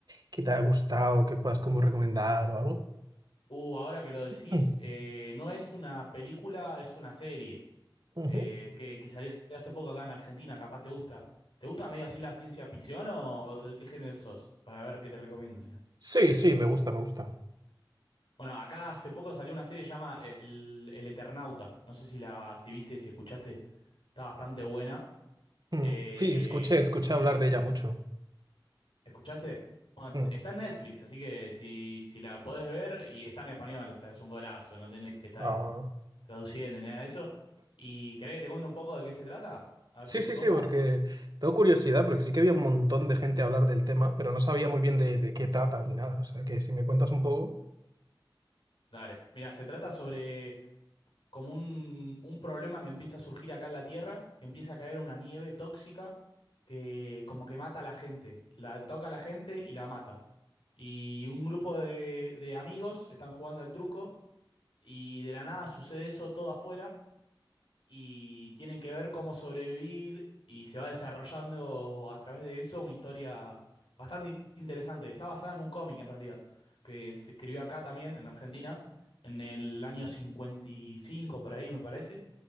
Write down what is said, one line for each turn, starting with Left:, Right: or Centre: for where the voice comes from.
Right: que te haya gustado, que puedas como recomendar o algo? <clears throat>
Left: Uh, ahora que lo decís,
Right: Mm,
Left: eh, no es una película, es una serie
Right: ujú.
Left: eh, que, que salió hace poco acá en Argentina, capaz te gusta. ¿Te gusta medio así la ciencia ficción o de qué género sos? Para ver qué te recomiendo, si no.
Right: Sí, sí, me gusta, me gusta.
Left: Bueno, acá hace poco salió una serie que se llama El, El Eternauta. No sé si la, si viste, si escuchaste, está bastante buena.
Right: Mm,
Left: Eh,
Right: sí, escuché, escuché
Left: se
Right: hablar de ella mucho.
Left: ¿Escuchaste? Bueno,
Right: Mm,
Left: t- está en Netflix, así que si, si la podés ver y está en español, o sea, es un golazo, no tenés que estar
Right: ahora-
Left: traduciendo ni nada de eso. ¿Y querés que te cuente un poco de qué se trata? A ver
Right: Sí,
Left: si te
Right: sí,
Left: copa.
Right: sí, porque tengo curiosidad, porque sí que había un montón de gente a hablar del tema, pero no sabía muy bien de, de qué trata ni nada. O sea, que si me cuentas un poco,
Left: Dale. Mira, se trata sobre como un, un problema que empieza a surgir acá en la Tierra, que empieza a caer una nieve tóxica que como que mata a la gente, la toca a la gente y la mata. Y un grupo de, de amigos están jugando al truco y de la nada sucede eso todo afuera y tienen que ver cómo sobrevivir y se va desarrollando a través de eso una historia bastante interesante. Está basada en un cómic en realidad, que se escribió acá también en Argentina en el año 55 por ahí me parece,